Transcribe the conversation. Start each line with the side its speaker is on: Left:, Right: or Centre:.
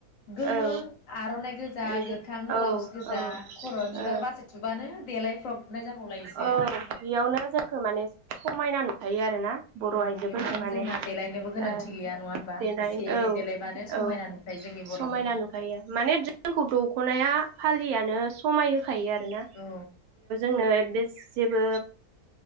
Left: गोमो
Right: ओं ओहो औ
Left: आर'नाइ गोजा
Right: ओरै
Left: गोथां ब्लाउस
Right: औ
Left: गोजा
Right: औ
Left: खर'आ बिबार
Right: औ
Left: बारसे थुबानो देलायफ्रबनाय जाबावलायस
Right: औ बेयावनो जोंखौ माने समाय ना नुखायो आरो ना बर'
Left: अ
Right: आइजोफोरखौ
Left: इमान
Right: माने
Left: जोंना
Right: ओ
Left: देलायनोबो गोनांथि गैया नङा होनबा
Right: देनाय
Left: एसे एनै
Right: औ
Left: देलायबानो समायना
Right: औ
Left: नुखायो जोंनि बर'फोरखौ
Right: समायना नुखायो माने जोंखौ दख'नाया फालियानो समाय होखायो आरोना
Left: औ
Right: आंनो बे जेबो